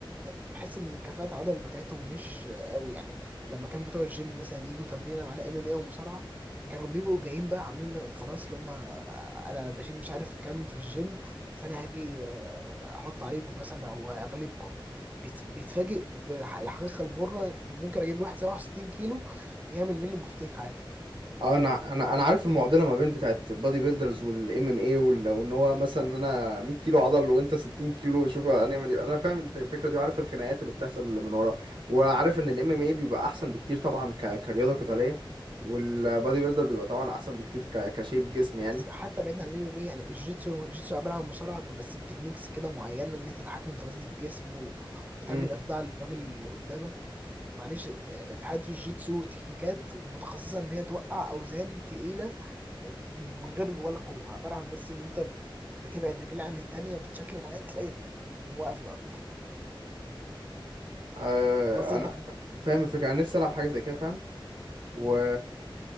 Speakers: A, on the right (about 20°); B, on the right (about 60°).
A: بحس ان كفاءة العضل بتاعتهم مش قوي يعني لما كان بتوع الجيم مثلا يجوا تمرينه معانا ام ام اي ومصارعه كانوا بيبقوا جايين بقى عاملين خلاص اللي هم آه، انا بشيل مش عارف كام في الجيم فانا هاجي آه، احط عليكم مثلا او اغلبكم بيت- بيتفاجئ بالحقيقه المره ممكن اجيب له واحد 67 كيلو يعمل منه بفتيك عادي
B: اه انا انا انا عارف المعضله ما بين بتاعت بادي بيلدرز والام ام اي وان هو مثلا ان انا 100 كيلو عضل وانت 60 كيلو شوف هنعمل ايه انا فاهم الف- الفكره دي وعارف الخناقات اللي بتحصل اللي من ورا وعارف ان الام ام اي بيبقى احسن بكتير طبعا ك... كرياضه قتاليه والبادي بيلدر بيبقى طبعا احسن بكتير ك... كشيب جسم يعني
A: بس حتى بعيدا عن الام ام اي، يعني الجيتسو الجيتسو عباره عن مصارعه بس بتكنيكس كده معينه ان انت تتحكم في وزن الجسم و... وتعمل
B: امم
A: اخضاع للراجل اللي قدامك معلش آه، في حاجات في الجيتسو تكنيكات متخصصه ان هي توقع اوزان تقيله آه، من غير ولا قوه عباره عن بس ان انت ب- بتبعد رجلي عن التانيه بشكل معين تلاقي واقف الارض
B: آه
A: بسيطه
B: انا فاهم الفكره انا نفسي العب حاجه زي كده فعلا و